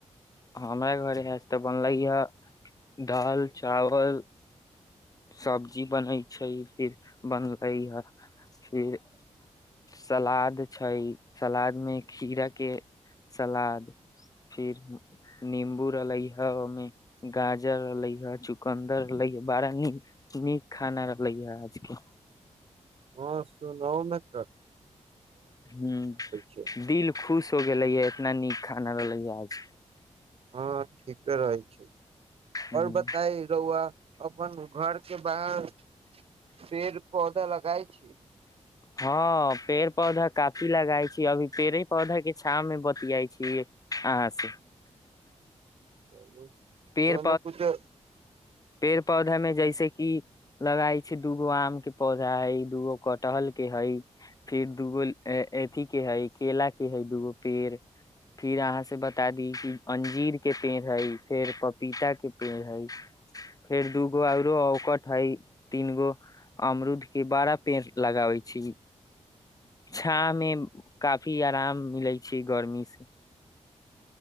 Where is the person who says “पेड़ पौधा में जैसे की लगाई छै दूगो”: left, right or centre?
Left